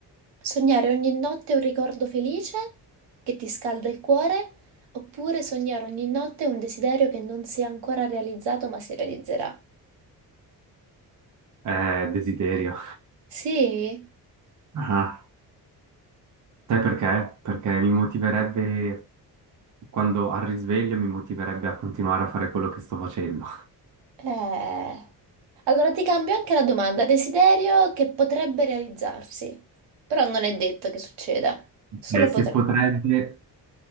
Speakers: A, on the right; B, on the right.
A: sognare ogni notte un ricordo felice che ti scalda il cuore, oppure sognare ogni notte un desiderio che non si è ancora realizzato ma si realizzerà?
B: eh, desiderio.
A: Sì?
B: Ah, sai perché? Perché mi motiverebbe, quando al risveglio, mi motiverebbe a continuare a fare quello che sto facendo.
A: Eh, Allora ti cambio anche la domanda. Desiderio che potrebbe realizzarsi, però non è detto che succeda, solo
B: Eh,
A: potrebbe.
B: se potrebbe...